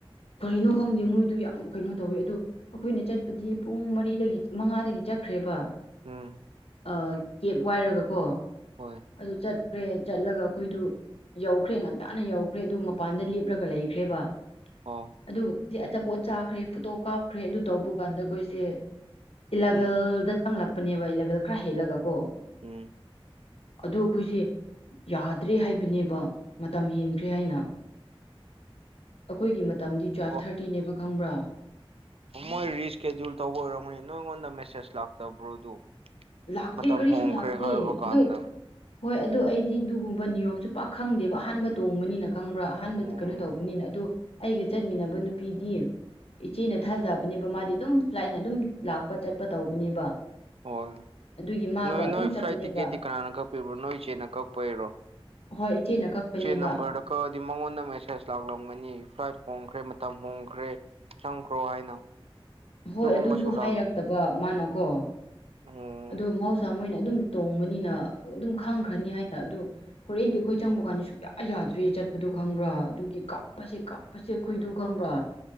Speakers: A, on the left (about 85°); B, on the right (about 75°).
A: ꯀꯔꯤꯅꯣ ꯈꯪꯗꯦ ꯃꯣꯏꯗꯨ ꯌꯥꯝ ꯀꯩꯅꯣ ꯇꯧꯋꯦ ꯑꯣ ꯑꯩꯈꯣꯏꯅ ꯆꯠꯄꯗꯤ ꯄꯨꯡ ꯃꯔꯤꯗꯒꯤ ꯃꯉꯥꯗꯒꯤ ꯆꯠꯈ꯭ꯔꯦꯕ
B: ꯎꯝ
A: ꯑꯥ ꯀꯦꯕ ꯋꯥꯏꯔꯒꯀꯣ
B: ꯍꯣꯏ
A: ꯑꯗꯨ ꯆꯠꯈ꯭ꯔꯦ ꯆꯠꯂꯒ ꯑꯩꯈꯣꯏꯗꯨ ꯌꯧꯈ꯭ꯔꯦ ꯉꯟꯇꯥꯅ ꯌꯧꯈ꯭ꯔꯦ ꯑꯗꯨ ꯃꯄꯥꯟꯗ ꯂꯦꯞꯂꯒ ꯂꯩꯈ꯭ꯔꯦꯕ
B: ꯑꫭ
A: ꯑꯗꯨꯒ ꯑꯆꯥꯄꯣꯠ ꯆꯥꯈ꯭ꯔꯦ ꯐꯣꯇꯣ ꯀꯥꯞꯈ꯭ꯔꯦ ꯑꯗꯨ ꯇꯧꯕ ꯀꯥꯟꯗ ꯑꯩꯈꯣꯏꯁꯦ ꯏꯂꯚꯦꯜꯗ
B: ꯎꯝ
A: ꯆꯪꯂꯛꯄꯅꯦꯕ ꯏꯂꯚꯦꯜ ꯈꯔ ꯍꯦꯜꯂꯒ ꯀꯣ
B: ꯎꯝ
A: ꯑꯗꯨ ꯑꯩꯈꯣꯏꯁꯦ ꯌꯥꯗ꯭ꯔꯦ ꯍꯥꯏꯕꯅꯦꯕ ꯃꯇꯝ ꯍꯦꯟꯈ꯭ꯔꯦ ꯍꯥꯏꯅ ꯑꯩꯈꯣꯏꯒꯤ ꯃꯇꯝꯗꯤ ꯇꯨꯋꯦꯜꯐ
B: ꯑꯣ
A: ꯊꯥꯔꯇꯤꯅꯦꯕ ꯈꯪꯕ꯭ꯔꯥ
B: ꯃꯣꯏ ꯔꯤꯁ꯭ꯀꯦꯗꯨꯨꯜ ꯇꯧꯕ ꯑꯣꯏꯔꯝꯒꯅꯤ ꯅꯣꯏꯉꯣꯟꯗ ꯃꯦꯁꯦꯖ ꯂꯥꯛꯇꯕ꯭ꯔꯣ ꯑꯗꯨ
A: ꯂꯥꯛꯇꯦ
B: ꯃꯇꯝ
A: ꯀꯔꯤꯁꯨ
B: ꯍꯣꯡꯈ꯭ꯔꯦ
A: ꯂꯥꯛꯇꯦ
B: ꯍꯥꯏꯕꯀꯥꯟꯗ
A: ꯑꯗꯣ ꯍꯣꯏ ꯑꯗꯣ ꯑꯩꯗꯤ ꯑꯗꯨꯒꯨꯝꯕ ꯅꯤꯌꯣꯝꯁꯨ ꯄꯥꯛ ꯈꯪꯗꯦꯕ ꯑꯍꯥꯟꯕ ꯇꯣꯡꯕꯅꯤꯅ ꯈꯪꯕ꯭ꯔꯥ ꯑꯍꯥꯟꯕ
B: ꯑꯣ
A: ꯀꯩꯅꯣ ꯇꯧꯕꯅꯤꯅ ꯑꯗꯣ ꯑꯩꯒ ꯆꯠꯃꯤꯟꯅꯕ ꯅꯨꯄꯤꯗꯤ ꯏꯆꯦꯅ ꯊꯥꯖꯕꯅꯦꯕ ꯃꯥꯗꯤ ꯑꯗꯨꯝ ꯐ꯭ꯂꯥꯏꯠꯅ ꯑꯗꯨꯝ ꯂꯥꯛꯄ ꯆꯠꯄ ꯇꯧꯕꯅꯦꯕ
B: ꯍꯣꯏ
A: ꯑꯗꯨꯒꯤ ꯃꯥꯒ
B: ꯅꯣꯏ
A: ꯑꯗꯨꯝ
B: ꯅꯣꯏ
A: ꯆꯠꯄꯅꯦꯕ
B: ꯐ꯭ꯂꯥꯏꯠ ꯇꯤꯛꯀꯦꯠꯇꯤ ꯀꯅꯥꯅ ꯀꯛꯄꯤꯕ꯭ꯔꯣ ꯅꯣꯏ ꯏꯆꯦꯅ ꯀꯛꯄꯩꯔꯣ
A: ꯍꯣꯏ ꯏꯆꯦꯅ ꯀꯛꯄꯅꯦꯕ
B: ꯅꯝꯕ꯭ꯔꯗ ꯀꯛꯑꯗꯤ ꯃꯉꯣꯟꯗ ꯃꯦꯁꯦꯖ ꯂꯥꯛꯂꯝꯒꯅꯤ ꯐ꯭ꯂꯥꯏꯠ ꯍꯣꯡꯈ꯭ꯔꯦ ꯃꯇꯝ ꯍꯣꯡꯈ꯭ꯔꯦ ꯆꯪꯈ꯭ꯔꯣ ꯍꯥꯏꯅ
A: ꯍꯣꯏ
B: ꯑꯗꯨꯒꯨꯝꯕꯁꯨ
A: ꯑꯗꯨꯁꯨ
B: ꯂꯥꯛꯂꯝꯒꯅꯤ
A: ꯍꯥꯏꯔꯛꯇꯕ ꯃꯅꯥꯀꯣ
B: ꯑꯣ
A: ꯑꯗꯨ ꯃꫭꯁ ꯆ ꯃꯣꯏꯅ ꯑꯗꯨꯝ ꯇꯣꯡꯕꯅꯤꯅ ꯑꯗꯨꯝ ꯈꯪꯈ꯭ꯔꯅꯤ ꯍꯥꯏꯅ ꯑꯗꯨ ꯍꯣꯔꯦꯟꯗꯤ ꯑꯩꯈꯣꯏ ꯆꯪꯕ ꯀꯥꯟꯗ ꯁꯨꯛꯌꯥ ꯌꯥꯗ꯭ꯔꯦ ꯆꯠꯄꯗꯨꯣ ꯈꯪꯕ꯭ꯔꯥ ꯑꯗꯨꯒꯤ ꯀꯞꯄꯁꯦ ꯀꯞ ꯄꯆꯦꯛ ꯈꯣꯏꯗꯨ ꯈꯪꯕ꯭ꯔꯥ